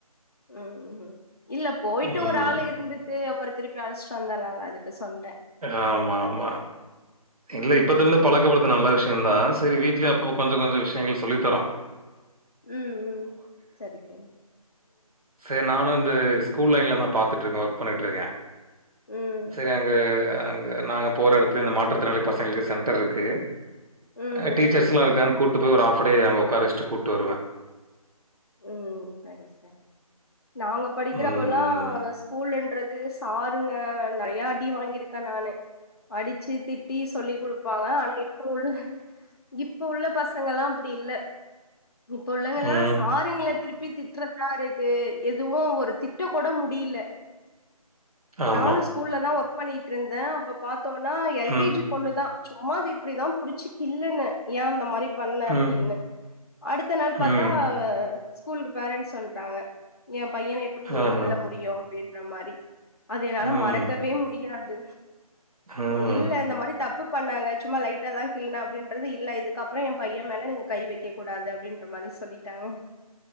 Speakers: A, on the left (about 45°); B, on the right (about 70°).
A: ம் ம் இல்ல போயிட்டு
B: ம்.
A: ஒரு ஆள் இருந் ட்டு அப்புறோ திருப்பி அழைச்சிட்டு வந்தர்லால்ல அதுக்கு சொல்றே
B: ஆமாமா இல்ல இப்பத்துலருந்து
A: ம்
B: பழக்கப்படுதுறது நல்ல விஷ்யோ தா செரி வீட்லயு அப்போ கொஞ்ச கொஞ்சோ விஷ்யங்கள் சொல்லித்தறோ
A: ம் ம் சரிக்க ம்
B: சரி நானு இந்த ஸ்கூல் லைன்ல தா பாத்துட்டு இருக்க ஒர்க் பண்ணிட்டுருக்க
A: ம்
B: செரி அங்க அங்க நாங்க போற எடத்துல இந்த மாற்றுத்திறனாளி பசங்களுக்கு சென்டர் இருக்கு
A: ம்
B: அ டீச்சர்ஸ்ல்லா
A: ம்
B: இருக்காங்க கூட்டிட்டு போய் ஒரு ஆஃப் டே அங்க உக்கார வெச்சி கூட்டு வருவே
A: ம் செரி செரி நாங்க படிக்கிறப்பல்லா
B: ம்.
A: ஸ்கூல்ன்றது சாருங்க நறையா அடி வாங்கியிருக்க நானு அடிச்சு திட் டி சொல்லி் குடுப்பாங்க ஆனா இப்ப உள்ள இப்ப உள்ள பசங்கல்லா அப்படி இல்ல இப்ப உள்ளவங்கல்லா
B: ம்.
A: பாருங்களே திருப்பி திட்டறதாருக்கு எதுவு ஒரு திட் ட்டக் கூட முடியல
B: ஆமா.
A: நானு ஸ்கூல்ல தா ஒர்க் பண்ணிட்டுருந்தே அப்போ பாத்தோன்னா எல்
B: ம்,
A: கே ஜி பொண்ணுதா சும்மா இத இப்படிதா புடிச்சு கில்லுன ஏ அந்த மாரி பண்ண அப்டின்னு
B: ம்,
A: அடுத்த நாள் பாத்தா
B: ம்.
A: ப்ப ஸ்கூலுக்கு பேரன்ஸ் வன்ட்டாங்க என் பையன எப்புடி நீங்க
B: ஆஹா.
A: கிள்ள முடியு அப்டின்ற மாரி அது என்னால
B: ம்,
A: மறக்கவே முடியாது
B: ம்.
A: நீ இல்ல இந்த மாரி தப்பு பண்ணாங்க சும்மா லைட்டாதா கில்லுன அப்டின்றது இல்ல இதுக்கப்புறோ என் பையன் மேல நீங்க கை வை க்க கூடாது அப்டின்ற மாரி சொல்லிட்டாங்க